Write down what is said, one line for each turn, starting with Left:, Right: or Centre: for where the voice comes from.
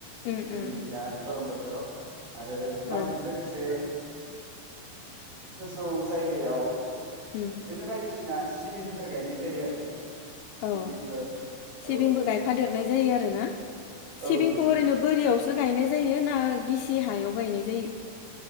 Left: उम
Right: जोंनि
Left: उम
Right: दा गरम बोथोराव आरो माइजों
Left: औ
Right: लोगोसे गोजौ जायगायाव
Left: उम
Right: बिदिनो बाय सिना सिबिनफोर गायनाय जायो आरो सिबिनफोर
Left: औ
Right: औ
Left: सिबिंबो गायफादेरनाय जायो आरोना सिबिंखौ
Right: औ नंगौ
Left: ओरैनो
Right: नंगौ
Left: बोरियावसो गायनाय जायो ना गिसि हायाव गायनाय जायो?